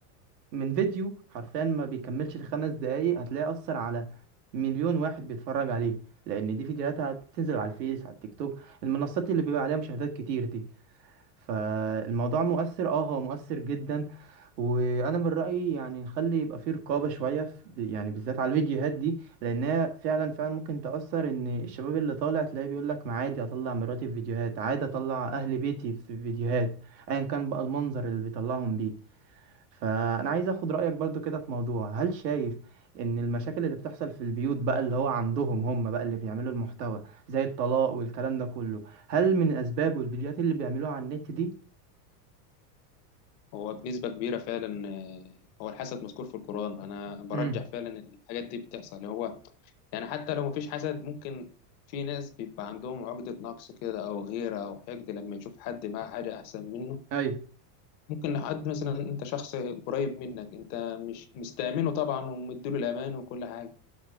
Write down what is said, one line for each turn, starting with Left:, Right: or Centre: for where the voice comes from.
Right: من فيديو حرفيا ما بيكملش الخمس دقايق هتلاقي أثر على مليون واحد بيتفرج عليه لأن دي فيديوهات هتنزل على الفيس على التيك توك المنصات اللي بيبقى عليها مشاهدات كتير دي فالموضوع مؤثر اه هو مؤثر جدا وانا من رأيي يعني نخلي يبقى فيه رقابة شوية في يعني بالذات على الفيديوهات دي لانها فعلا فعلا ممكن تأثر ان الشباب اللي طالع تلاقيه بيقول لك ما عادي اطلع مراتي في فيديوهات عادي اطلع اهل بيتي في فيديوهات ايا كان بقى المنظر اللي بيطلعهم بيه فانا عايز اخد رايك برضو كده في موضوع هل شايف ان المشاكل اللي بتحصل في البيوت بقى اللي هو عندهم هم بقى اللي بيعملوا المحتوى زي الطلاق والكلام ده كله هل من اسبابه الفيديوهات اللي بيعملوها على النت دي
Left: هو بنسبه كبيره فعلا آه، هو الحسد مذكور في القران انا برجح
Right: امم
Left: فعلا ان الحاجات دي بتحصل هو يعني حتى لو مفيش حسد ممكن في ناس بيبقى عندهم عقده نقص كده او غيره او حقد لما يشوف حد معاه حاجه احسن منه
Right: ايوه
Left: ممكن حد مثلا انت شخص قريب منك انت مش مستأمنه طبعا ومديله الامان وكل حاجه